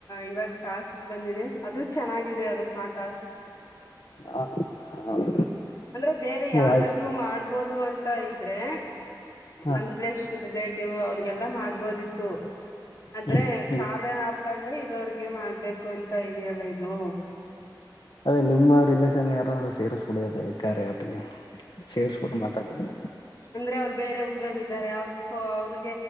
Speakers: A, on the left; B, on the left.
A: ಇವಾಗ ತಾಸ್ತಿ ಬಂದಿದೆ ಅದು ಚೆನ್ನಾಗಿದೆ ಅದು ಆ ಟಾಸ್ಕ್
B: ಹ
A: ಹ್ಮ್ ಅಂದ್ರೆ ಬೇರೆ ಯಾರ್ಗಾದ್ರು
B: ವಾಯ್ಸ್
A: ಮಾಡ್ಬೋದು ದು ಅಂತ ಇದ್ರೆ
B: ಹಾ
A: ನಮ ರಿಲಷ ರಿಲೇಟಿವ್ ಅವ್ರಿಗೆಲ್ಲಾ ಮಾಡ್ಬೋದಿತ್ತು ಆದ್ರೆ
B: ಹ್ಮ್ ಹ್ಮ್
A: ಖಾರೆ ಹಪಳ್ಳಿ ಇರೋಿಗೆ ಮಾಡ್ಬೇಕು ಅಂತ ಇದೆಯಲ್ಲ ಇದು
B: ಅದೇ ನಿಮ್ಮ ರಿಲೇಷನ್ ಯಾರಾದ್ರು ಸೇರಸ್ಬುಡಿ ಅಥಗೇ ಕಾರ್ಯ ಆಪ್ ಗೆ ಸೇರಿಸಬಿಟ್ಟು ಮಾತಾಡಬೌದು
A: ಅಂದ್ರೆ ಅವ್ರು ಬೇರೆ ಊರಲ್ಲ ಇದಾರೆ ಅವರು ಅವರು